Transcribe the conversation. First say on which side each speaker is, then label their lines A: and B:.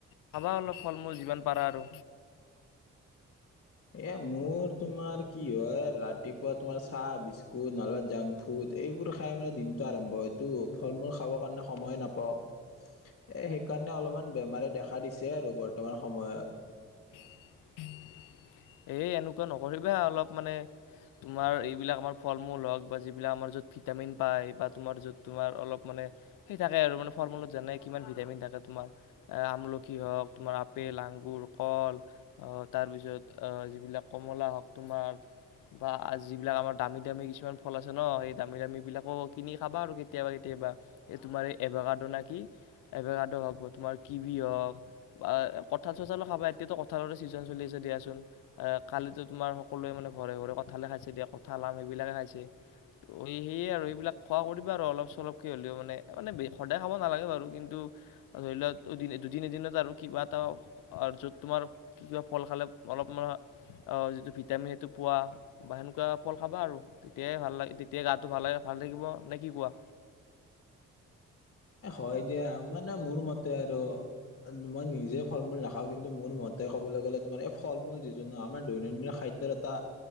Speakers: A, on the left (about 75°); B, on the left (about 45°).
A: খাবা অলপ ফল-মূল যিমান পাৰা আৰু।
B: এ মোৰ তোমাৰ কি হয়, ৰাতিপুৱা তোমাৰ চাহ বিস্কুট নহলে বা জাংক ফুড এইবোৰ খাই মানে দিনটো আৰম্ভ হয় টো, ফল মূল খাবৰ কাৰণে সময়ে নাপাওঁ। এ সেইকাৰণে অলপমান বেমাৰে দেখা দিছে আৰু বৰ্তমান সময়ত।
A: এ এনেকুৱা নকৰিবা অলপ মানে তোমাৰ এইবিলাক আমাৰ ফল-মূল হওঁক বা যিবিলাক আমাৰ য'ত ভিটামিন পায় বা তোমাৰ য'ত তোমাৰ অলপ মানে সেই তাকে আৰু মানে ফল-মূলত জানাই কিমান ভিটামিন থাকে তোমাৰ আমলখি হওঁক তোমাৰ আপেল আঙুৰ হওঁক তাৰপিছত যিবিলাক কমলা হওঁক তোমাৰ বা যিবিলাক আমাৰ দামী দামী কিছুমান ফল আছে ন, সেই দামী দামী বিলাকো কিনি খাবা আৰু কেতিয়াবা কেতিয়াবা। এই তোমাৰ এই এভকাদো নে কি এভকদো হওঁক বা তোমাৰ কিবি হওঁক বা কঁঠাল চঠালো খাবা, এতিয়াতো কঁঠালৰো ছিজন চলি আছে দিয়াচোন। এ কালিতো তোমাৰ সকলোৱে মানে ঘৰে ঘৰে কঁঠালে খাইছে দিয়া কঁঠাল আম সেইবিলাকে খাইছে। ত সেয়ে আৰু এইবিলাক খোৱা কৰিবা আৰু, অলপ চলপকে হ'লেও মানে মানে সদায় খাব নালাগে বাৰু। কিন্তু ধৰি লোৱা দুদিন এদিনত আৰু কিবা এটা য'ত তোমাৰ কিবা ফল খালে অলপমান অ' যিটো ভিটামিন সেইটো পোৱা বা সেনেকুৱা ফল খাবা, আৰু তেতিয়াহে ভাল লাগে তেতিয়াহে গাটো ভাল লাগে। ভাল ভাল থাকিব নে কি কোৱা?
B: এ হয় দিয়া, মানে মোৰ মতে আৰু মই নিজে ফল-মূল নাখাওঁ, কিন্তু মোৰ মতে ক'বলৈ গ'লে তোমাৰ, এই ফল-মূল যিটো নহয় আমাৰ দৈনন্দিন খাদ্য দৰে এটা